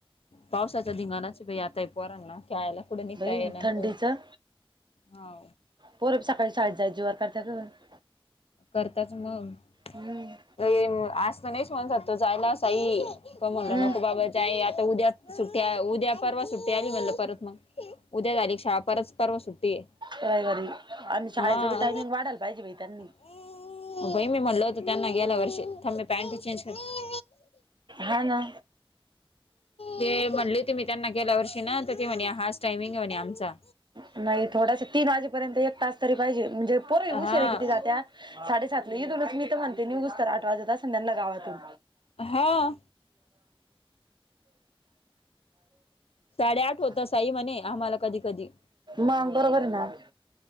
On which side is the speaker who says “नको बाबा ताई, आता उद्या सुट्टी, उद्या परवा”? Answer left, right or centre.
Left